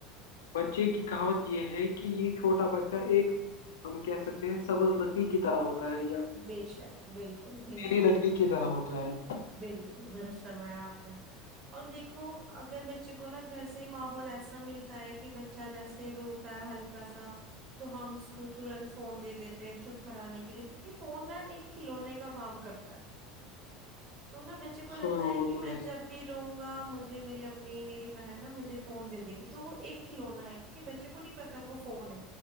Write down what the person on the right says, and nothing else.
بے شک بالکل بالکل
بالکل
بالکل درست فرمایا آپ نے اور دیکھو اگر بچے کو نا گھر سے ماحول ایسا ملتا ہے کہ بچہ جیسے رو ہلکا سا تو ہم اس کو ترنت فون دے دیتے ہیں چپ کرانے کے لیے کیونکہ فون نا ایک کھلونے کا کام کرتا ہے تو نہ بچ بچے کو لگتا
ہے کہ
میں جب بھی رہوں گا مجھے میری امی میری بہن نا مجھے فون دے دے گی تو وہ ایک کھلونا ہے کیونکہ بچے کو نہیں پتا وہ فون ہے